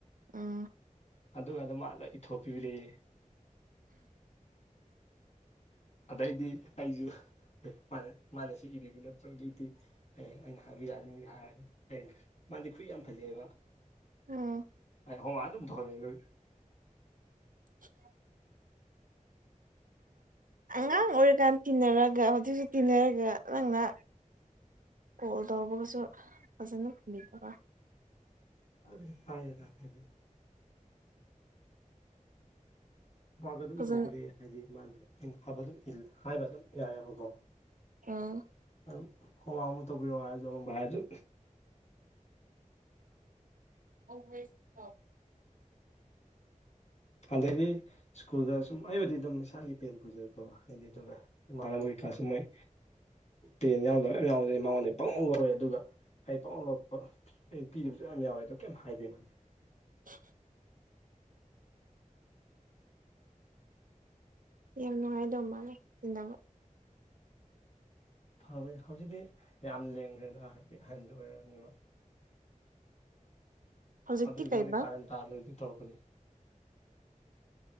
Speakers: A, on the right; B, on the left.
A: ꯎꯝ
B: ꯑꯗꯨꯒꯗꯣ ꯃꯥꯅ ꯂꯣꯢ ꯏꯊꯣꯛꯄꯤꯕꯤꯔꯦꯌꯦ ꯑꯗꯩꯗꯤ ꯑꯩꯁꯨ ꯃꯥꯅ ꯃꯥꯅ ꯁꯤ ꯏꯕꯤ <unintelligible> ꯍꯌꯦꯡ ꯑꯩꯅ ꯍꯥꯏꯕ ꯌꯥꯗꯣꯏꯅꯤ ꯀ ꯍꯥꯏꯔꯗꯤ ꯑꯩꯛ ꯃꯥꯗꯤ ꯈꯨꯠꯢ ꯌꯥꯝ ꯐꯖꯩꯌꯦꯕ
A: ꯎꯝ
B: ꯑꯩ ꯍꯣꯝꯋꯥꯛ ꯑꯗꯨꯝ ꯇꯧꯍꯜꯕꯅꯤ ꯑꯗꯨꯒꯤ
A: <inaudible> ꯑꯉꯥꯡ ꯑꯣꯏꯔꯤꯀꯥꯟꯗ ꯇꯤꯟꯅꯔꯒ ꯍꯧꯖꯤꯛꯁꯨ ꯇꯤꯟꯅꯔꯒ ꯅꯪꯅ ꯀꯣꯜ ꯇꯧꯕꯒꯁꯨ ꯐꯖꯅ ꯈꯨꯝꯕꯤꯗꯕ
B: ꯐꯖꯅ ꯄꯥꯏꯔ ꯇꯥꯛꯄꯗꯤ ꯃꯥꯒ ꯑꯗꯨꯝ
A: ꯐꯖꯅ
B: ꯇꯧꯕꯤꯔꯛꯑꯦ ꯍꯥꯏꯗꯤ ꯃꯥꯅ ꯑꯗꯨꯝ ꯃꯥꯅ ꯐꯕꯗꯨ ꯍꯥꯏꯕ ꯑꯗꯨꯝ ꯌꯥꯏꯌꯦꯕꯀꯣ
A: ꯎꯝ
B: ꯃ ꯍꯣꯝꯋꯥꯛꯄꯨ ꯇꯧꯕꯤꯔꯛꯑꯣ ꯍꯥꯏꯔꯁꯨ ꯑꯃꯕꯨ ꯍꯥꯏꯔꯁꯨ
A: <unintelligible>
B: ꯑꯗꯩꯗꯤ ꯁ꯭ꯀꯨꯜꯗ ꯁꯨꯝ ꯑꯩꯕꯨꯗꯤ ꯑꯗꯨꯝ ꯏꯁꯥꯒꯤ ꯄꯦꯟ ꯄꯨꯖꯔꯛꯄ ꯍꯥꯏꯗꯤ ꯑꯗꯨ ꯑꯗꯨꯒ ꯏꯃꯥꯟꯅꯕꯒꯩ ꯀ꯭ꯂꯥꯁꯀꯤ ꯃꯣꯏ ꯄꯦꯟ ꯌꯥꯎꯗ ꯃꯌꯥꯝ ꯌꯥꯎꯕꯅꯦ ꯃꯉꯣꯟꯗꯩ ꯄꯪꯂꯧ ꯂꯧꯔꯦ ꯑꯗꯨꯒ ꯑꯩ ꯄꯪꯂꯣꯠ ꯂꯣꯠꯄ ꯑꯩꯅ ꯄꯤꯗꯕꯁꯨ ꯃꯌꯥꯝ ꯌꯥꯎꯋꯦ ꯑꯗꯣ ꯀꯩꯝ ꯍꯥꯏꯗꯦ ꯃꯥꯗꯤ
A: <unintelligible> ꯌꯥꯝ ꯅꯨꯡꯉꯥꯏꯗꯧꯕ ꯃꯥꯜꯂꯦ ꯇꯤꯟꯅꯕ
B: ꯐꯕꯅꯤ ꯍꯧꯖꯤꯛꯇꯤ ꯌꯥꯝ ꯂꯦꯝꯈ꯭ꯔꯦꯗ ꯍꯥꯏꯗꯤ ꯑꯍꯟ ꯑꯣꯏꯔꯕꯅꯤꯅ
A: ꯍꯧꯖꯤꯛꯇꯤ
B: ꯑꯗꯨꯑꯣꯏꯁꯨ
A: ꯀꯩꯕ
B: ꯑꯩꯅ ꯀꯥꯔꯟ ꯇꯥꯗꯣꯏꯗꯤ ꯇꯧꯔꯛꯀꯅꯤ